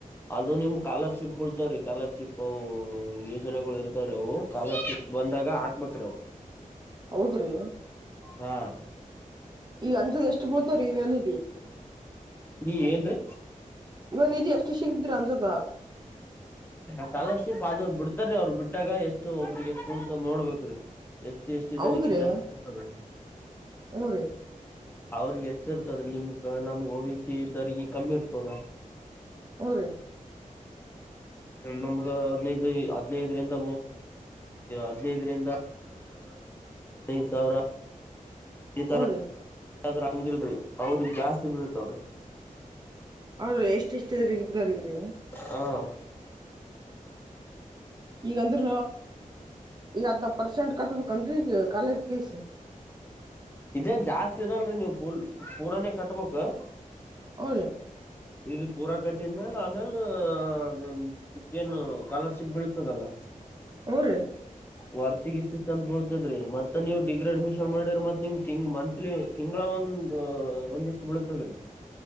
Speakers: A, on the left; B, on the right.
A: ಅದು ನಿಮ್ ಸ್ಕಾಲರ್ಶಿಪ್ ಬುಳ್ತಾವ್ರೀ ಸ್ಕಾಲರ್ಶಿಪ್ ಯೋಜನೆಗಳು ಇರ್ತವ್ರೀ ಅವು ಸ್ಕಾಲರ್ಶಿಪ್ ಬಂದಾಗ ಹಾಕ್ಬೇಕ್ರಿ ಅವು
B: ಹೌದ್ರಿ
A: ಹಾ
B: ಈಗ ಅಂಜಾದ್ ಎಷ್ಟು ಬುಳ್ತಾವ್ರೀ ಇವಗ ಅಂದಿದ್ವು
A: ನೀ ಏನ್ರೀ
B: ಯುವ ನಿಧಿ ಎಷ್ಟು ಸಿಗತ್ರೀ ಅಂಜಾದ್
A: ಸ್ಕಾಲರ್ಶಿಪ್ ಅದು ಬಿಡ್ತಾರೀ ಅವ್ರು ಬಿಡ್ ಬಿಟ್ಟಾಗ ಎಷ್ಟೋ ಒಬ್ಬ್ರಿಗೆ ಎಷ್ಟ್ ಬೀಳ್ತದ ನೋಡ್ಬೇಕ್ರೀ ಎ ಸಿ ಎಸ್ ಟಿದವರಿಗೆ
B: ಹೌದ್ರಿ
A: ಜಾಸ್ತಿ ಬೀಳ್ತಾದ್ರೀ
B: ಹೂ ರೀ
A: ಅವ್ರಿಗೆ ಹೆಚ್ಚ ಇರ್ತದ ನಿಮಗ ನಮ್ಗ ಓಬಿಸಿ ಇದ್ದವರಿಗೆ ಕಮ್ಮಿ ಇರ್ತದ
B: ಹೂ ರಿ
A: ನಮ್ಗ ಹದ್ನೈದು ಹದ್ನೈದರಿಂದ ಹದ್ನೈದರಿಂದ ಹದ್ನಾಕ ಸಾವಿರ ಹದ್ನೈದು ಸಾವಿರ ಈ ತರ
B: ಹೂ ರೀ
A: ಬೀಳ್ತವೆ ಇದಾದ್ರ ಹಂಗಿಲ್ರರಿ ಅವ್ರಿಗ್ ಜಾಸ್ತಿ ಬೀಳತವ್ರಿ
B: ಅವ್ರ ಎಷ್ಟ ಎಷ್ಟ ಇದ್ದಾರಗ್ರಿ
A: ಹ
B: ಈಗ ಅಂದ್ರೆ ಈಗ ಅರ್ಧ ಪರ್ಸೆಂಟ್ ಕಟ್ಬೇಕ ಏನ್ರೀ ಈಗ ಕಾಲೇಜ ಫೀಸ್?
A: ಇದೇನ್ ಜಾಸ್ತಿ ಇರಲ್ರಿ ನೀವು ಫುಲ್ ಪೂರಾನೆ ಕಟ್ಬೇಕು
B: ಹೌದ
A: ಇದು ಪೂರ ಕಟ್ಟಿದ ಮ್ಯಾಲ ಆಮೇಲ್ ನಿಮಗ ಏನು ಸ್ಕಾಲರ್ಶಿಪ್ ಬೀಳತದಲ್ಲ.
B: ಹೂ ರಿ
A: ವರ್ತಿಗ್ ಇಷ್ಟ ಇಷ್ಟ ಅಂತ ಬೀಳ್ತದ್ರಿ ಮತ್ತ ನೀವ್ ಡಿಗ್ರಿ ಅಡ್ಮಿಷನ್ ಮಾಡಿದ್ರ ಮತ್ ನಿಮಗ ತಿಂಗಳ ಮಂತ್ಲಿ ತಿಂಗಳ ಒಂದ ಒಂದಿಷ್ಟ ಬೀಳತದ್ರಿ.